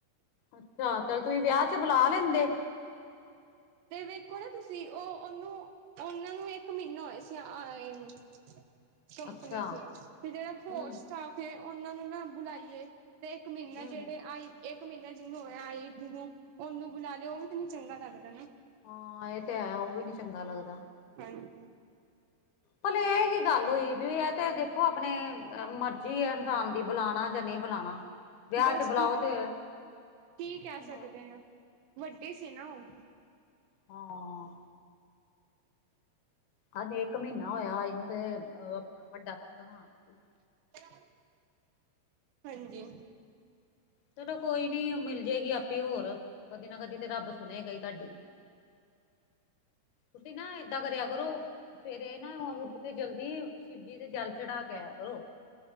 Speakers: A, on the left; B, on the right.
A: ਅੱਛਾ, ਚੱਲ ਤੁਹੀਂ ਵਿਆ ਚ ਬੁਲਾ ਲੈਂਦੇ।
B: ਤੇ ਵੇਖੋ ਨਾ ਤੁਸੀਂ ਉਹ ਉਹਨੂੰ ਉਹਨਾਂ ਨੂੰ ਇੱਕ ਮਹੀਨੇ ਹੋਏ ਸੀ ਆਏ ਨੂੰ ਕੰਪਨੀ
A: ਅੱਛਾ,
B: ਸੀ ਤੇ ਜਿਹੜਾ ਹੋਰ
A: ਹੂੰ।
B: ਸਟਾਫ ਐ ਉਹਨਾਂ ਨੂੰ ਨਾ ਬੁਲਾਈਏ ਤੇ ਇੱਕ ਮਹੀਨਾ
A: ਹੂੰ-ਹੂੰ,
B: ਜਿਹੜੇ ਆਈ ਇੱਕ ਮਹੀਨਾ ਜਿਹਨੂੰ ਹੋਇਆ ਆਈ ਨੂੰ ਓਨੂੰ ਬੁਲਾ ਲਿਓ ਉਹ ਵੀ ਤੈਨੂੰ ਚੰਗਾ ਲੱਗਦਾ ਐ ਨਾ
A: ਹਾਂ ਇਹ ਤੇ ਐ ਉਹ ਵੀ ਨੀ, ਚੰਗਾ ਲੱਗਦਾ।
B: ਹਾਂਜੀ
A: ਭਲੇ ਇਹ ਕੀ ਗੱਲ ਹੋਈ ਵੀ ਇਹ ਤੇ ਦੇਖੋ ਆਪਣੇ ਮਰਜ਼ੀ ਐ ਇਨਸਾਨ ਦੀ ਬੁਲਾਣਾ ਜਾਂ ਨਹੀਂ ਬੁਲਾਉਣਾ। ਵਿਆਹ
B: ਬਸ
A: ਚ ਬੁਲਾਓ ਤੇ,
B: ਕੀ ਕਹਿ ਸਕਦੇ
A: ਹਾਂ
B: ਆ ਵੱਡੀ ਸੀ ਨਾ ਉਹ
A: ਹਾਂ, ਹਜੇ ਇੱਕ ਮਹੀਨਾ ਹੋਇਆ ਆਈ ਨੂੰ ਤੇ ਆਪਣਾ ਵੱਡਾ <unintelligible>
B: <inaudible> ਹਾਂਜੀ,
A: ਚਲੋ ਕੋਈ ਨੀ ਮਿਲ ਜੇ ਗੀ ਆਪੇ ਹੋਰ, ਕਦੀ ਨਾ ਕਦੀ ਤੇ ਰੱਬ ਸੁਣੇਗਾ ਈ ਤੁਹਾਡੀ। ਤੁਸੀਂ ਨਾ ਐਦਾ ਕਰਿਆ ਕਰੋ, ਸਵੇਰੇ ਨਾ ਉੱਠ ਕੇ ਜਲਦੀ ਸ਼ਿਵਜੀ ਦੇ ਜਲ ਚੜਾ ਕੇ ਆਇਆ ਕਰੋ।